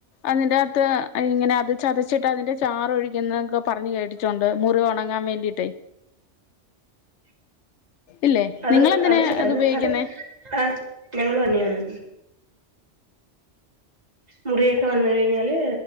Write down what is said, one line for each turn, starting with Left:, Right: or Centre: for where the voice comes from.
Left: അതിന്റകത്തെ ഇങ്ങനെ അത് ചതച്ചിട്ട് അതിന്റെ ചാറ് ഒഴിക്കുന്നൊക്കെ പറഞ് കേട്ടി ട്ടുണ്ട് മുറിവ് ഒണങ്ങാ വേണ്ടിട്ടെ.
Right: <inaudible>
Left: ഇല്ലേ
Right: അത്
Left: നിങ്ങളെന്തിനാ
Right: അത് ശെ
Left: ഉപയോഗിക്കുന്നേ
Right: അതെ ആ ഞങ്ങളു തന്നെയാണ്. മുറിയൊക്കെ വന്ന് കഴിഞ്ഞാല്